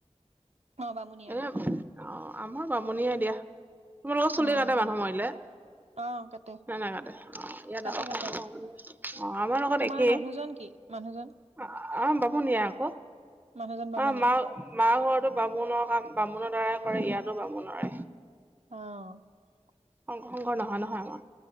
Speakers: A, on the right; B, on the right.
A: অ', বামুণীয়া
B: হেল্ল
A: মাহ
B: অ, আমাৰ বামুনিয়া দিয়া তোমাৰ লোকৰ চুলি
A: অ',
B: কাতে মানুহ মাৰিলে?
A: অ', কাটে,
B: নাই নাকাতে ইয়াত
A: কাটে
B: আৰু
A: কাটে।
B: শংকৰ শংকৰ আছে। অ', আমাৰ লগত
A: তোমাৰ
B: একেই
A: মানুহজন কি মানুহজন?
B: আ, বামুনিয়া আকৌ।
A: মানুহজন বামুণীয়া
B: অ', মা মা ঘৰটো বামুণৰ কাম বামুণৰ দাৰাই কৰে ইয়াতো বামুণৰে
A: অ',
B: শংকৰ শংকৰ নহয় নহয় আমাৰ